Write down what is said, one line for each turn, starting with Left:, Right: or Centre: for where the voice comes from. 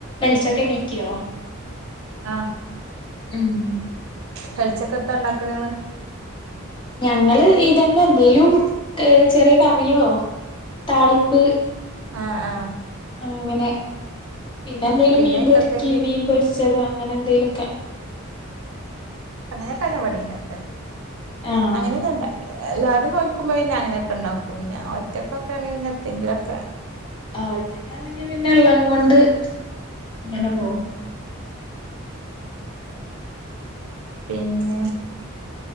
Left: ഉച്ചക്കെണിക്കോ
Right: ആഹ്
Left: ഉം
Right: കരിച്ചൊക്കെ എന്താ ഉണ്ടാക്ക നിങ്ങള്
Left: ഞങ്ങള് ഇതന്നെ എന്തെേലും ചെറിയ കറിയോ താളിപ്പ്
Right: ആഹ ആഹ
Left: അങ്ങനെ പിന്നെ എന്തേലും
Right: പിന്നെ
Left: മീൻ
Right: അയ്ക്കെത്തേങ്കി
Left: പൊരിക്കി മീൻ പൊരിച്ചത് അങ്ങനെ എന്തേലുംമൊക്കെ
Right: അങ്ങനെ കഴപടി ഉണ്ടാക്കല്
Left: ആഹ്
Right: അങ്ങനെയ തന്ന ഇണ്ടാക്കല് എല്ലാരും നോൽക്കും അ പിന്നെ അങ്ങനൊക്കെ ഉണ്ടാക്കും ഞാൻ ഒറ്റക്കെണെങ്കി പിന്നെ എന്തെങ്കിലൊക്ക
Left: ആ ഒറ്റക്കാണെങ്കി പിന്നെ ഉള്ളം കൊണ്ട് അങ്ങനെ
Right: ഉം
Left: പോ
Right: ഉം പിന്നെ